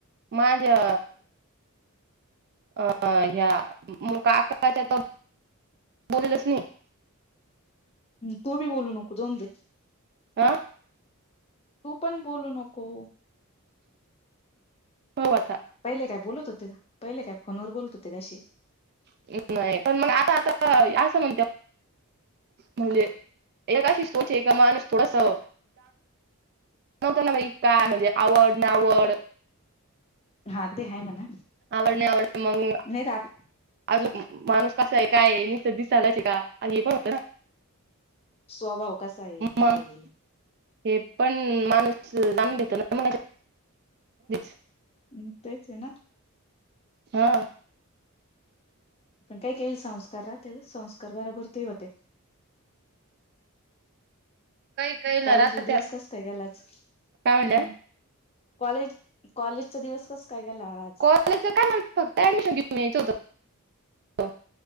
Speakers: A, on the right; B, on the left.
A: माझ्या अ ह्या मुग <unintelligible> काकाच्या त बोललच नाही.
B: तू बी बोलू नको जाऊन दे.
A: हा.
B: तू पण बोलू नको.
A: हो आता.
B: पहिले काय बोलत होते का? पहिले काय फोनवर बोलत होते अशी?
A: <unintelligible> पण मग आता आता असं म्हणते. म्हणजे, एकशी स्वच आहे ए माणूस थोडासा नव्हत ना बा काय म्हणजे आवड ना आवड.
B: हा ते आहे म्हणा
A: आवडले आवडले मंग मी.
B: नाही तर आप
A: अजून माणूस कसा आहे, काय हे नुसता दिसायलाच आहे का? हे पण होतं ना.
B: स्वभाव कसा आहे, काय
A: मग
B: आहे?
A: हे पण माणूस जाणून घेत ना <unintelligible>
B: हम्म तेच ना.
A: हा.
B: पण काय केल संस्कारा ते संस्कार बरोबर ते होते.
A: काही काहीला
B: कॉलेजला
A: राहत्या
B: दिवस कसं काय गेला आज?
A: काय म्हणल्या
B: हम्म. कॉलेज कॉलेजचा दिवस कसं काय केला आज?
A: कॉलेज काय <unintelligible> फक्त ऍडमिशन घेऊन यायच होतं.